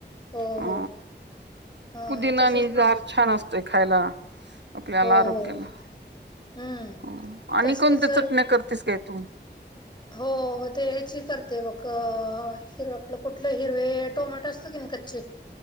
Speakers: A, on the left (about 25°); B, on the right (about 75°).
A: हो
B: आ
A: हो हो हा
B: पुदिना
A: तसेच
B: आणि
A: ना
B: गार छान असतोय खायला आपल्याला
A: हो हो
B: आरोग्याला
A: हम्म
B: हं आणि
A: तशीच
B: कोणत्या चटण्या करतेस काय तू?
A: हो ते ह्याची करते बघ आ हिरव आपलं कुठलं हिरवे टोमॅटो असतो की नाय कच्चे